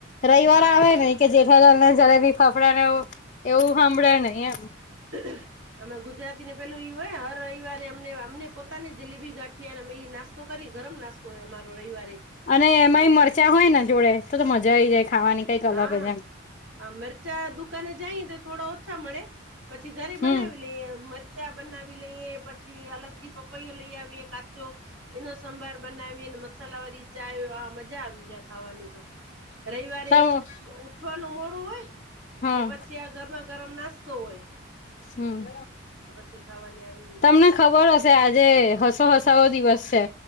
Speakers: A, on the left; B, on the right.
A: રવિવાર
B: હા
A: આવે ને કે જેઠાલાલ ને જલેબી ફાફડે ને એવું સાંભળે નહી એમ
B: હ અમે ગુજરાતી ને પેલું વ હોય હર રવિવારે અમને, અમને પોતાની જલેબી ગાંઠિયા અમે એ નાસ તો કરી ગરમ નાસ્તો હોય અમારો રવિવારે
A: અને એમાંય મરચાં હોય ને જોડે તો તો મજા ખાવાની કઈક અલગ
B: હા,
A: જ એમ
B: આ મરચા દુકાને જાય તો થોડા ઓછા મળે. પછી ઘરે
A: હમ
B: બનાવી લે મર કચા બનાવી લઈએ પછી અલગથી પપૈયો લઈ આવીએ કાચૂ એનો સંભાર બનાવીને, મસાલા વાળી ચાય, મજા આવી જાય ખાવાની તો રવિવારે
A: હા
B: એક ઉઠવાનું મોડું હોય
A: હમ
B: ને પછી આ ગરમા ગરમ નાસ્તો હોય.
A: હમ્મ.
B: શીખાવાની આવી રીતે
A: તમને ખબર હશે આજે હસો હસાવો દિવસ છે.